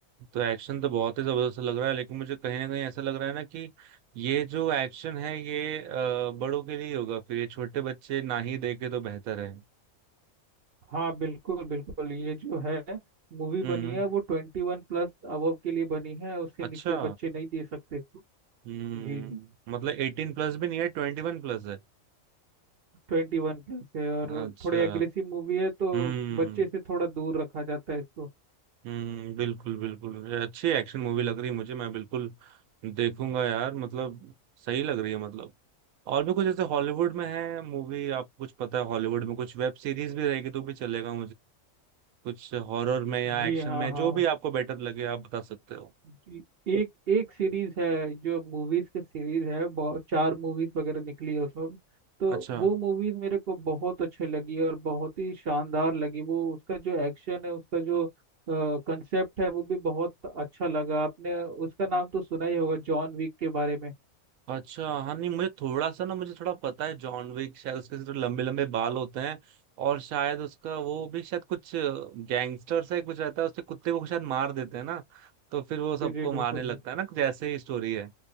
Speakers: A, on the right; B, on the right.
A: तो एक्शन तो बहुत ही जबरदस्त लग रहा है लेकिन मुझे कहीं ना कहीं ऐसा लग रहा है ना कि ये जो एक्शन है ये अ, बड़ों के लिए होगा फिर ये छोटे बच्चे ना ही देखे तो बेहतर है
B: हाँ बिल्कुल बिल्कुल ये जो है मूवी
A: हम्म
B: बनी है वो ट्वेंटी वन प्लस अबव के लिए बनी है उससे
A: अच्छा
B: नीचे बच्चे नहीं दे सकते इसको।
A: हम्म
B: जी जी
A: मतलब एटीन प्लस भी नहीं है ट्वेंटी वन प्लस है
B: ट्वेंटी वन प्लस है और
A: अच्छा
B: थोड़ी एग्रेसिव मूवी है तो
A: हम्म
B: बच्चे से थोड़ा दूर रखा जाता है इसको
A: हम्म बिल्कुल बिल्कुल ये अच्छी एक्शन मूवी लग रही है मुझे मैं बिल्कुल देखूंगा यार मतलब सही लग रही है मतलब और भी कुछ जैसे हॉलीवुड में है मूवी आपको कुछ पता है हॉलीवुड में कुछ वेब सीरीज भी रहेगी तो भी चलेगा कुछ हॉरर में या
B: जी
A: एक्शन
B: हाँ
A: में
B: हाँ
A: जो भी आपको बेटर लगे आप बता सकते हो
B: जी, एक एक सीरीज है जो मूवीज के सीरीज है बहुत चार मूवीज वगैरह निकली है उसमें तो
A: अच्छा
B: वो मूवीज मेरे को बहुत अच्छी लगी और बहुत ही शानदार लगी वो उसका जो एक्शन है उसका जो कंसेप्ट है वो भी बहुत अच्छा लगा आपने उसका नाम तो सुना ही होगा जॉन विक के बारे में
A: अच्छा हाँ नहीं मुझे थोड़ा सा ना मुझे थोड़ा पता है जॉन विक शायद उसके थोड़े लंबे लंबे बाल होते हैं और शायद उसका वो भी शायद कुछ गैंगस्टर सा ही कुछ रहता है उसके कुत्ते को शायद मार देते हैं ना तो फिर वो सबको
B: जी जी
A: मारने
B: बिल्कुल
A: लगता
B: बिल्कुल
A: है ना कुछ ऐसे ही स्टोरी है